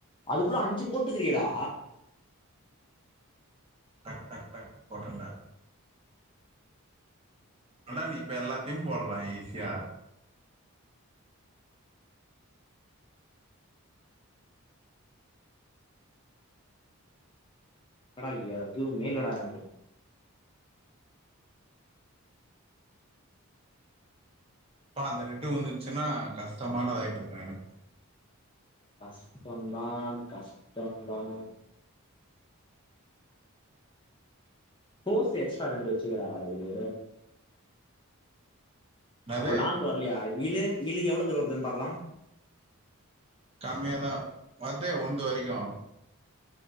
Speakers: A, on the left; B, on the right.
A: அதுக்குள்ள அஞ்சு போட்டு க்ரீயேடா
B: டக் டக் டக் போட்டேண்டா அடா நீ இப்ப எல்லாத்தியு போடலா ஈஸியா
A: என்னடா எதுவுமே இல்லடா எனக்கு
B: அப்பா அந்த ரெட்டு ஊந்துன்ச்சின்னா கஷ்டமானதாயுட்டுருக்கோ எனக்கு
A: கஷ்டம் தான் கஷ்டம் தான் ஃபோர்ஸு எக்ஸ்ட்ரா ரெண்டு வெச்சுக்கிறாரா இவரு
B: என்னது
A: அப்போ லாங் வர்லயா இலு இலு எவ்ளோ தூரோ வருதுனு பாக்கலா
B: கம்மியா தா வர்தே உன்து வரிக்கோ